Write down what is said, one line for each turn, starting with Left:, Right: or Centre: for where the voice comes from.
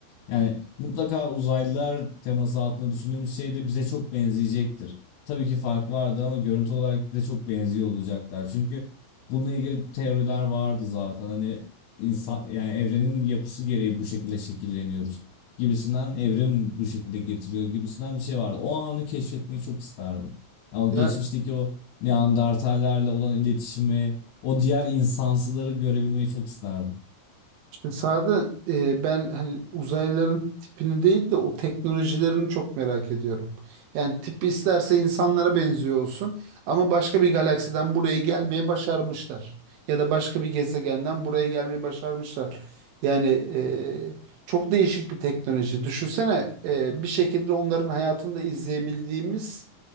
Left: Yani mutlaka uzaylılar teması altında düşündüğümüz şey de bize çok benzeyecektir. Tabii ki fark vardır ama görüntü olarak bize çok benziyor olacaklar. Çünkü bununla ilgili teoriler vardı zaten. Hani insan yani evrenin yapısı gereği bu şekilde şekilleniyoruz gibisinden evrim bu şekilde getiriyor gibisinden bir şey vardı. O anı keşfetmeyi çok isterdim. Ya o
Right: Ya
Left: geçmişteki o Neandertallerle olan iletişimi, o diğer insansıları görebilmeyi çok isterdim.
Right: Sade e, ben hani uzaylıların tipini değil de o teknolojilerini çok merak ediyorum. Yani tipi isterse insanlara benziyor olsun ama başka bir galaksiden buraya gelmeyi başarmışlar. Ya da başka bir gezegenden buraya gelmeyi başarmışlar. Yani e, çok değişik bir teknoloji. Düşünsene e, bir şekilde onların hayatında izleyebildiğimiz